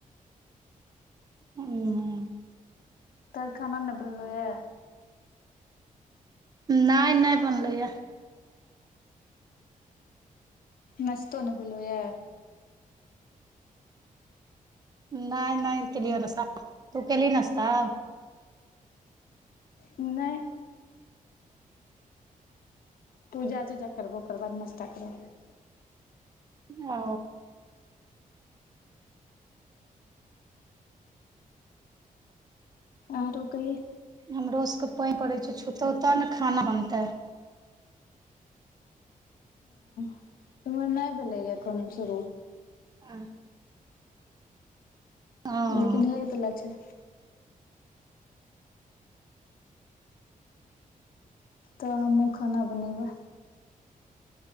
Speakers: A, on the right; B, on the left.
A: हूं
B: तऽ खाना नहि बनलै या।
A: नहि नहि बनलैया।
B: नस्तो नहि भेलैया?
A: नहि नहि केलियै नसता तू केलही नसता?
B: <inaudible> नहि पूजा तूजा करबहो ओकर बाद नाश्ता करबहो।
A: ओ
B: आ तो कही?
A: हमरो सबके पानि पड़ैत छैय छूतऽ तऽ ने खाना बनतै।
B: <unintelligible> नहि भेलै एखन शुरू।
A: <inaudible> हँ
B: लेकिन हे पला छैय। तऽ हमहुँ खाना बनेबै।